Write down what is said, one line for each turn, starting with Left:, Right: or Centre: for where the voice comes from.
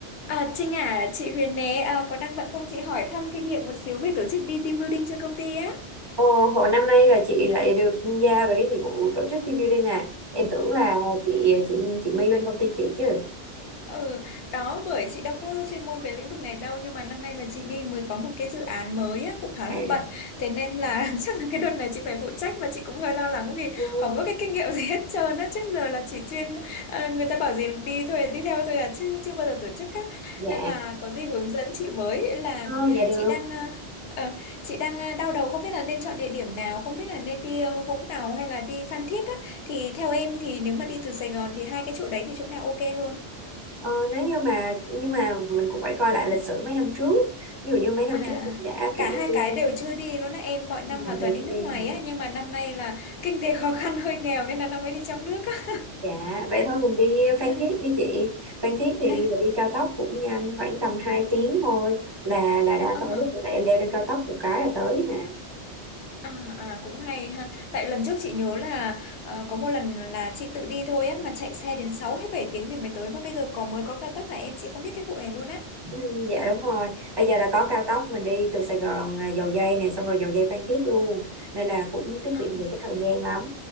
Left: À, Trinh à, chị Huyền nè, à, có đang bận không chị hỏi thăm kinh nghiệm một xíu về tổ chức đi team building cho công ty á?
Right: Ồ, hồi năm nay là chị lại được giao về cái nhiệm vụ tổ chức team building nè. Em tưởng là chị chị chị My bên công ty chị chứ.
Left: Ừ, đó bởi chị đâu có chuyên môn về lĩnh vực này đâu nhưng mà năm nay là chị My mới có một cái dự án mới á, cũng khá
Right: À.
Left: là bận thế nên là <laughs> chắc là cái đợt này chị phải phụ trách và chị cũng hơi lo lắng vì
Right: Ừ,
Left: không có cái kinh nghiệm gì hết trơn á trước giờ là chỉ chuyên ờ, người ta bảo gì đi thôi đi theo thôi à chứ chưa bao giờ tổ chức á
Right: dạ
Left: nên là có gì hướng dẫn chị với là
Right: ờ, dạ được
Left: chị đang ờ, ờ, chị đang ờ, đau đầu không biết là nên chọn địa điểm nào không biết là nên đi ờ, Vũng Tàu hay là đi Phan Thiết á thì theo em thì nếu mà đi từ Sài Gòn thì hai cái chỗ đấy thì chỗ nào ok hơn
Right: ờ, nếu như mà nhưng mà mình cũng phải coi lại lịch sử mấy năm trước ví dụ như mấy năm
Left: À,
Right: trước mình đã kiểu
Left: cả
Right: như
Left: hai
Right: đi
Left: cái đều chưa đi luôn á em mọi năm
Right: ngồi
Left: là
Right: đều
Left: toàn đi
Right: chưa
Left: nước
Right: đi
Left: ngoài
Right: hả
Left: á nhưng mà năm nay là kinh tế <laughs> khó khăn hơi nghèo nên là năm nay đi trong nước á
Right: dạ vậy thôi mình đi Phan
Left: <laughs> à,
Right: Thiết đi chị Phan Thiết thì
Left: à,
Right: bây giờ đi cao tốc cũng nhanh khoảng tầm 2 tiếng thôi là là đã
Left: à,
Right: tới tại em leo lên cao tốc một cái là tới mà
Left: à, à, cũng hay ha tại lần trước chị nhớ là ờ, có một lần là chị tự đi thôi á mà chạy xe đến 6 hay 7 tiếng thì mới tới mà bây giờ có mới có cao tốc hả em chị không biết cái vụ này luôn á
Right: Ừ, dạ đúng rồi bây giờ là có cao tốc mình đi từ Sài Gòn à, Dầu Giây này xong rồi Dầu Giây Phan Thiết luôn nên là cũng tiết
Left: à,
Right: kiệm được cái thời gian lắm